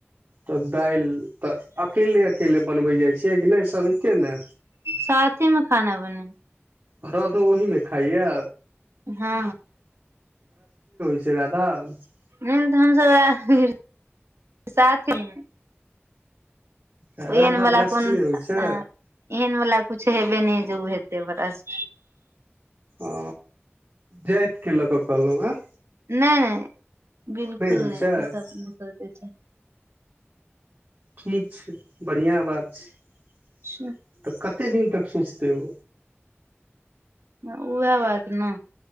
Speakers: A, on the right; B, on the right.
A: तब दालि तऽ अकेले-अकेले बनबै जाइ छियै कि नहि सब एक मे
B: साथेमे खाना बनै
A: हरध ओहिमे खाइए
B: ह ह।
A: <unintelligible>
B: ह त हमसब वेह <unintelligible> साथेमे।
A: राधा
B: ओहेनवला
A: भ्रष्ट
B: कोन
A: नहि होइ छै
B: अ एहनवला कुछ हे बे नहि जे ओ हेतै ब्रश
A: ओ जाइत के लऽ कऽ कहलहुँ ह
B: नहि बिलकुल
A: होइ
B: नहि
A: छै
B: ई सब सब छै
A: ठीक छै बढ़िआँ बात छै तऽ
B: छै
A: कत कते दिन तक सोचते ओ
B: उएह बात ने